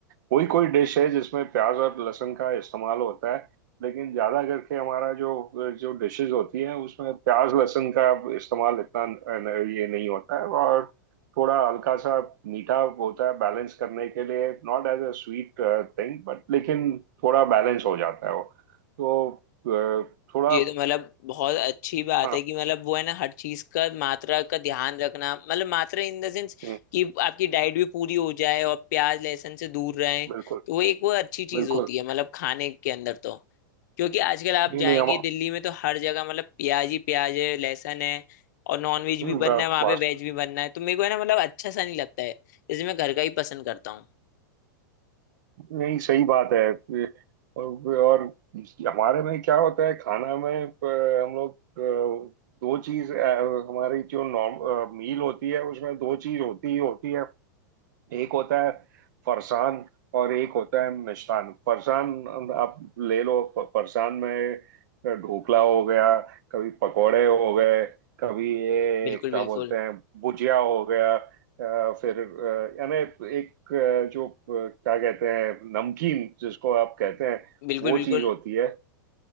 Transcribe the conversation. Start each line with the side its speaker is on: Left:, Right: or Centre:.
Right: कोई कोई डिश है जिसमें प्याज और लहसुन का इस्तेमाल होता है लेकिन ज्यादा करके हमारा जो जो डिशेज होती हैं उसमें प्याज लहसुन का इस्तेमाल इतना न- ये नहीं होता है और थोड़ा हल्का सा मीठा होता है बैलेंस करने के लिए not as a sweet thing but लेकिन थोड़ा बैलेंस हो जाता है वो तो अ, थोड़ा
Left: ये तो मतलब बहुत अच्छी बात
Right: अ, हाँ
Left: है कि मतलब वो है ना हर चीज का मात्रा का ध्यान रखना मतलब मात्रा इन द सेंस
Right: हम्म,
Left: कि आपकी डाइट भी पूरी हो जाए और प्याज लहसुन से दूर रहें
Right: बिल्कुल
Left: तो वो एक वो अच्छी चीज
Right: बिल्कुल
Left: होती है मतलब खाने के अंदर तो क्योंकि आजकल आप
Right: नहीं
Left: जाएंगे
Right: नहीं हम
Left: दिल्ली में तो हर जगह मतलब प्याज ही प्याज है लहसुन है और नॉन वेज
Right: फास्ट
Left: भी बनना है वहां पे वेज भी बनना है तो मेरे को है ना मतलब अच्छा सा नहीं लगता है इसलिए मैं घर का ही पसंद करता हूँ
Right: नहीं सही बात है और और हमारे में क्या होता है खाना में अ, हम लोग अ, दो चीज अ, हमारी जो नॉर्म मील होती है उसमें दो चीज होती ही होती है एक होता है फरसान और एक होता है मिष्टान फरसान आप ले लो फ- फरसान में ढोकला हो गया कभी पकोड़े हो गए कभी ये
Left: बिल्कुल
Right: क्या
Left: बिल्कुल
Right: बोलते हैं भुजिया हो गया अ, फिर अ, यानी एक अ, जो अ, क्या कहते हैं नमकीन जिसको आप कहते हैं
Left: बिल्कुल
Right: वो
Left: बिल्कुल
Right: चीज होती है तो